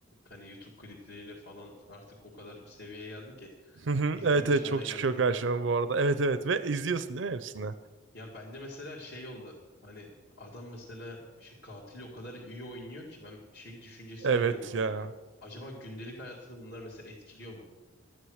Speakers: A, on the left; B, on the right.
A: hani YouTube klipleriyle falan artık o kadar bir seviyeye geldi ki
B: <laughs>
A: izlemiş
B: evet evet
A: hale
B: çok
A: geldim
B: çıkıyor karşıma
A: de.
B: bu arada. Evet evet ve izliyorsun değil mi hepsini?
A: Ya bende mesela şey oldu. Hani adam mesela şu katil o kadar iyi oynuyor ki ben şey düşüncesine
B: Evet
A: girdim hani
B: ya.
A: acaba gündelik hayatını bunlar mesela etkiliyor mu?